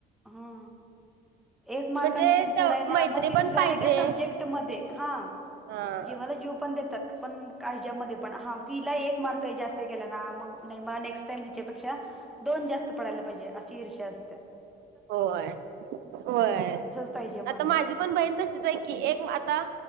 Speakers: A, in the centre; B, on the right.
A: हा. एक मारकान
B: म्हणजे
A: ती
B: ते
A: पुढ हाय ना,
B: मैत्री
A: मग ती
B: पण
A: दुसऱ्या
B: पाहिजे
A: लगेच सब्जेक्टमध्ये हां.
B: हा
A: जीवाला जीव पण देतात. पण का् हेज्यामध्ये पण हा तिला एक मार्कही जास्त गेला, ना मग नाही मला नेक्स्ट टाइम हेच्यापेक्षा दोन जास्त पडायला पाहिजे अशी ईर्षा असतिया
B: व्हय व्हय
A: पाहिजे म्हणलं
B: आता माझी पण बहीण तशीच हाय की, एक आता